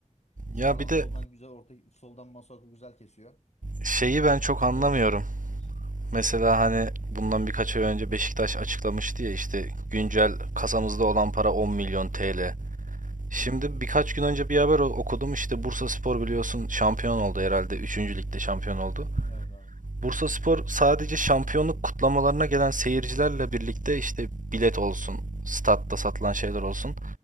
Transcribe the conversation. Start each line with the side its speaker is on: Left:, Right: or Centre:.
Left: Sağdan
Right: Ya bir
Left: soldan
Right: de
Left: güzel orta soldan Masuaku güzel kesiyor.
Right: şeyi ben çok
Left: Uzun
Right: anlamıyorum.
Left: boylu forvet bitirir.
Right: Mesela hani bundan birkaç ay önce Beşiktaş açıklamıştı ya işte güncel kasamızda olan para 10 milyon TL. Şimdi
Left: Hı hı.
Right: birkaç gün önce bir haber okudum işte Bursa Spor biliyorsun şampiyon oldu herhalde üçüncü ligde şampiyon oldu.
Left: Evet abi.
Right: Bursa Spor sadece şampiyonluk kutlamalarına gelen seyircilerle birlikte işte bilet olsun, statta satılan şeyler olsun